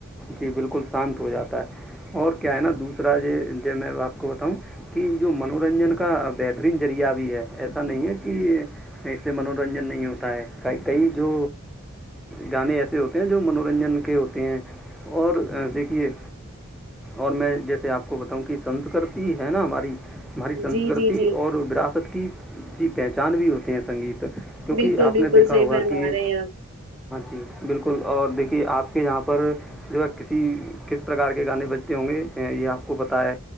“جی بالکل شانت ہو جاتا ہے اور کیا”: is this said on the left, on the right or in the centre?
Centre